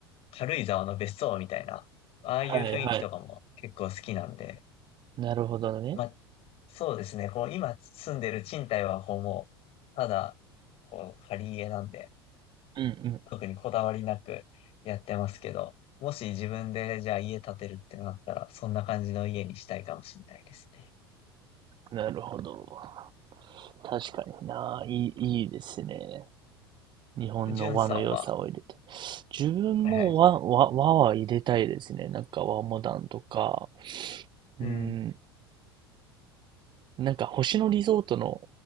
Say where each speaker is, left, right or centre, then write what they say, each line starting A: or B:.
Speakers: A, on the left (about 50°); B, on the right (about 35°).
A: 軽井沢の別荘みたいな、ああいう雰囲気とかも結構好きなんで、
B: はい、はい。なるほどね。
A: まあ、そうですね、こう、今住んでる賃貸は、こう、もう、ただ、こう、借り家なんで、
B: うんう
A: 特にこだわりなくやってますけど、もし自分で、じゃあ家建てるってなったら、そんな感じの家にしたいかもしれないですね。
B: ん。なるほど。確かにな。いい、いいですね。日本の和の良さを入れて。
A: じゅんさんは、
B: 自分も和、
A: はいはい。
B: 和、和は入れたいですね。なんか和モダンとか。
A: うん。
B: うん。なんか星野リゾートの